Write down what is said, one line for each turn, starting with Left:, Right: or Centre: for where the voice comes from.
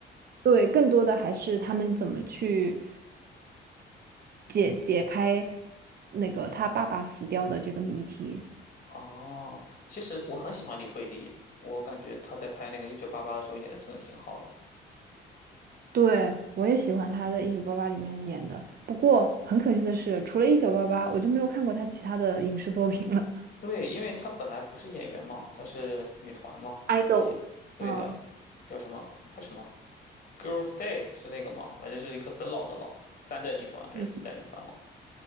Right: 对，更多的还是他们怎么去。解解开那个他爸爸死掉的这个谜题。
Left: 哦，其实我很喜欢李惠利，我感觉她在拍那个《一九八八》的时候演的真的挺好的。
Right: 对，我也喜欢他在《一九八八》里面演的，不过很可惜的是，除了《一九八八》，我就没有看过他其他的影视作品了。
Left: 对，因为她本来不是演员嘛，她是女团嘛，
Right: idol，
Left: 所以对的，
Right: 嗯
Left: 叫什么？她什么？Girls' Day 是那个吗？反正是一个很老的了，三代女团还是四代女团了？
Right: 嗯，